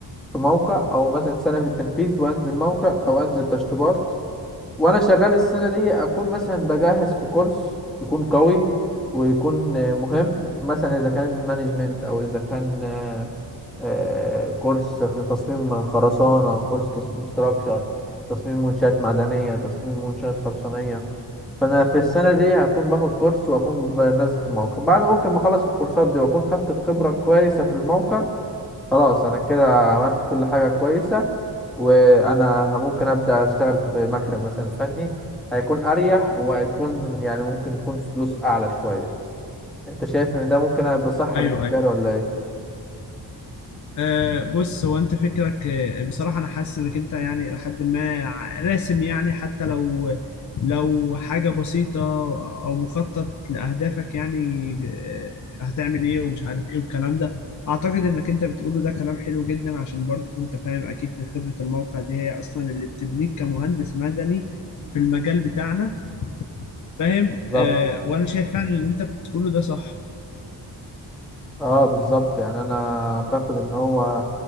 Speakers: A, in the centre; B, on the left.
A: في موقع او مثلا سنه في التنفيذ وانزل موقع او انزل تشطيبات وانا شغال السنه دي اكون مثلا بجهز في كورس يكون قوي ويكون آه، مهم مثلا اذا كان مانجمنت او اذا كان آه، آه، كورس في تصميم خرسانه كورس تصميم ستراكشر تصميم منشات معدنيه تصميم منشات خرسانيه فانا في السنه دي هكون باخد كورس واكون بنزل في الموقع بعد ممكن ما اخلص الكورسات دي واكون خدت الخبره كويسه في الموقع خلاص انا كده عملت كل حاجة كويسة وانا ه- ممكن ابدا اشتغل في مكتب مثلا فني هيكون اريح وهيكون يعني ممكن تكون فلوس اعلى شوية انت شايف ان ده ممكن هيبقى صح
B: ايوه
A: بالنسبة لي ولا ايه
B: أه بص هو انت فكرك آه، بصراحة انا حاسس انك انت يعني لحد ما ع- راسم يعني حتى لو لو حاجة بسيطة او مخطط لأهدافك يعني آه، هتعمل ايه ومش عارف ايه والكلام ده اعتقد انك انت بتقوله ده كلام حلو جدا عشان برضه انت فاهم اكيد خبرة الموقع دي هي اصلا اللي بتبنيك كمهندس مدني في المجال بتاعنا فاهم
A: بالظبط
B: أه وانا شايف فعلا اللي انت بتقوله ده صح
A: اه بالظبط يعني انا اعتقد ان هو